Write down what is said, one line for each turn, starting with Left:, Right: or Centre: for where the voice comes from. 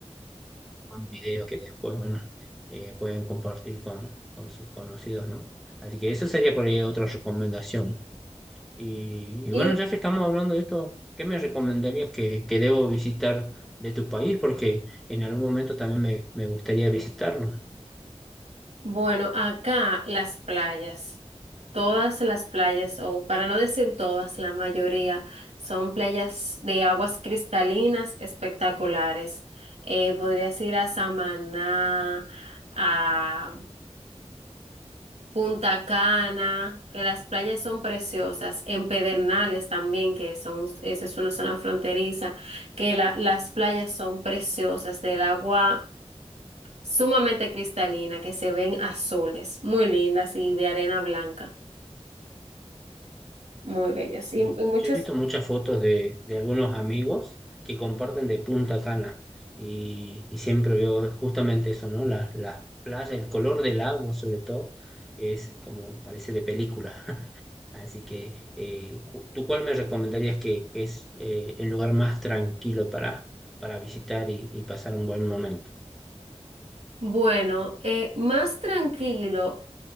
Centre: un video que después, bueno, eh, pueden compartir con, con sus conocidos, ¿no? Así que esa sería por ahí otra recomendación. Y, y
Right: Y
Centre: bueno, ya que estamos hablando de esto, ¿qué me recomendarías que, que debo visitar de tu país? Porque en algún momento también me, me gustaría visitarlo.
Right: Bueno, acá las playas, todas las playas, o para no decir todas, la mayoría son playas de aguas cristalinas espectaculares. Eh, podrías ir a Samaná, a Punta Cana, que las playas son preciosas, en Pedernales también, que son, esa es una zona fronteriza, que la- las playas son preciosas, del agua. sumamente cristalina, que se ven azules, muy lindas y de arena blanca, muy bellas. Y,
Centre: Y
Right: y muchos,
Centre: Yo he visto muchas fotos de, de algunos amigos que comparten de Punta Cana y, y siempre veo justamente eso, ¿no? La, la playa, el color del agua sobre todo, es como parece de película. Así que, eh, cu- ¿tú cuál me recomendarías que, que es eh, el lugar más tranquilo para, para visitar y, y pasar un buen momento?
Right: Bueno, eh, más tranquilo,